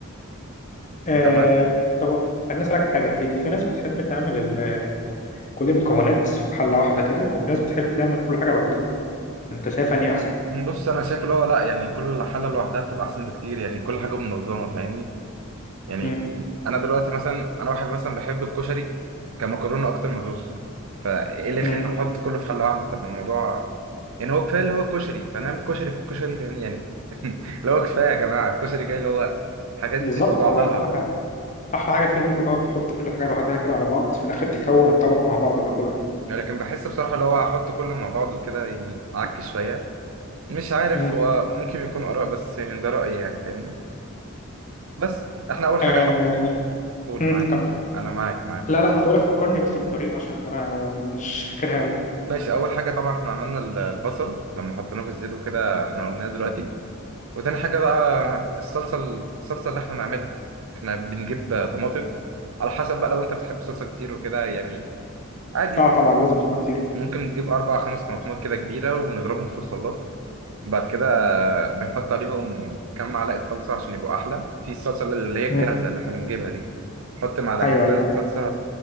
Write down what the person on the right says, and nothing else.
انت معاك
بص انا شايف اللي هو لا يعني كل حاله لوحدها بتبقى احسن بكتير يعني كل حاجه منظمه فاهمني يعني
انا دلوقتي مثلا انا واحد مثلا بحب الكشري كمكرونه اكتر من الرز فايه اللي يخليني
احط كله في حله واحده طب ما الموضوع يعني هو كفايه اللي هو كشري فنعمل كشري في الكشري فاهمني يعني <laughs> اللي هو كفايه يا جماعه الكشري جاي اللي هو حاجات
كتير في بعضها
يعني لكن بحس بصراحه اللي هو احط كله مع بعض وكده يعني اعك شويه مش عارف
هو ممكن يكون آراء بس يعني ده رأيي يعني فاهمني بس احنا أول حاجة
ح- قول
معاك
أنا معاك معاك
قول
ماشي أول حاجة طبعا احنا عملنا ال- البصل لما حطيناه في الزيت وكده احنا قلناه دلوقتي وتاني حاجة بقى الصلصة الصلصة اللي احنا نعملها احنا بنجيب طماطم على حسب بقى لو انت بتحب صلصة كتير وكده يعني عادي
ممكن تجيب أربع خمس طماطمات كده كبيرة ونضربهم في الخلاط بعد كده بنحط عليهم كام معلقة صلصة عشان يبقوا أحلى في الصلصة اللي هي
الجاهزة اللي احنا بنجيبها دي نحط معلقتين
تلاتة
صلصة